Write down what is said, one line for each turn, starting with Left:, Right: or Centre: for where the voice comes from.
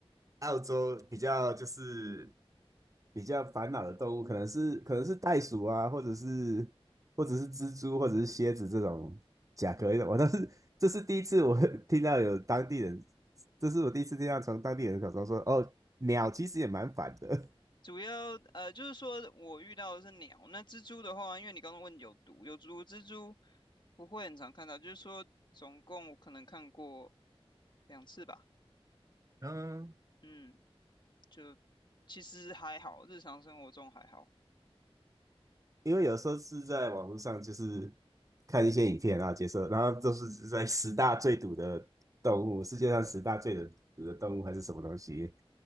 Right: 澳洲比较就是比较烦恼的动物，可能是可能是袋鼠啊，或者是或者是蜘蛛，或者是蝎子这种甲壳类的。我倒是这是第一次我 <laughs> 听到有当地人，这是我第一次听到从当地人口中说，哦，鸟其实也蛮烦的。
Left: 主要呃，就是说我遇到的是鸟，那蜘蛛的话，因为你刚刚问有毒，有毒蜘蛛不会很常看到，就是说总共我可能看过两次吧，
Right: <laughs> 嗯、
Left: 嗯，就其实还好，日常生活中还好。
Right: 因为有时候是在网络上就是看一些影片啊，解说，然后都是在十大最毒的动物，世界上十大最毒的动物还是什么东西，